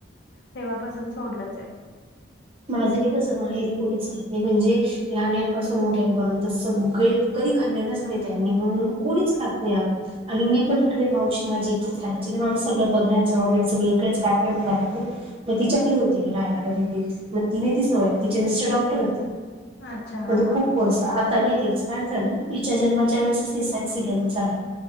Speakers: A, on the left; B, on the right.
A: तेव्हापासून सोडलंच आहे.
B: माझं बी कसं माहेरी कोणीच खात नाही म्हणजे लहान्यांपासून मोठ्यांपर्यंत सगळे कधी खाल्लेलेच नाही त्यांनी म्हणून कोणीच खात नाही अगं आणि मी पण इकडे मावशी माझी इथेच राहायची माझं सगळं बघण्याचं वगैरे सगळळे इकडेच कार्यक्रम झाणार तर तिच्याकडे होती राहायला बरेच दिवस मग तिने ती सवय तिचे मिस्टर डॉक्टर होते
A: अच्छा हा.
B: म्हण खूप कोर्स आता मी ती एक्सपायर झाली तिच्या जन्माच्या वेळेसच तिचा ऍक्सिडेंट झाला.